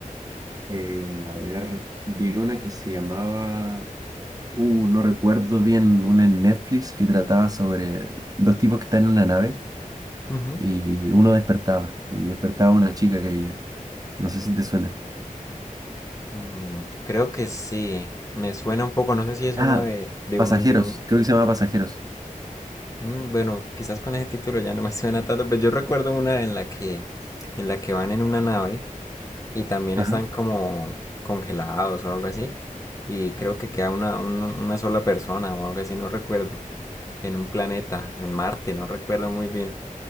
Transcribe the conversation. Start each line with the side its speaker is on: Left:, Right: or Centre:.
Right: Eh, a ver, vi una que se llamaba, uh, no recuerdo bien, una en Netflix que trataba sobre dos tipos que están en una nave
Left: Ujú.
Right: y uno despertaba y despertaba una chica que había. No sé si te suena.
Left: Mm, creo que sí. Me suena un poco, no sé si es
Right: Ah,
Left: una de, de
Right: Pasajeros,
Left: un, de un,
Right: creo que se llama Pasajeros.
Left: mm, bueno, quizás con ese título ya no me <laughs> suena tanto, pero yo recuerdo una en la que, en la que van en una nave y también
Right: Ajá.
Left: están como congelados o algo así. Y creo que queda una, un- una sola persona o algo así, no recuerdo. en un planeta, en Marte, no recuerdo muy bien.